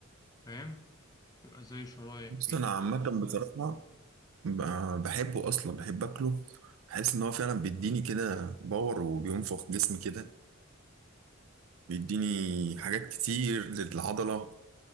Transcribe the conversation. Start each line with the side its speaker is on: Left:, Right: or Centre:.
Left: فاهم تبقى زي شرايح
Right: بص
Left: كده
Right: انا عامه بصراحه ب- بحبه اصلا بحب اكله بحس ان هو فعلا بيديني كده باور وبينفخ جسمي كده بيديني حاجات كتير للعضلة